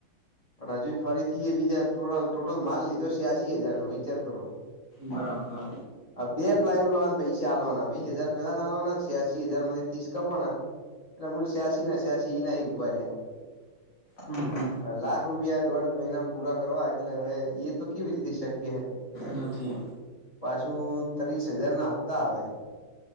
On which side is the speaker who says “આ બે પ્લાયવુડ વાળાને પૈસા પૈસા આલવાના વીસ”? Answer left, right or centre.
Left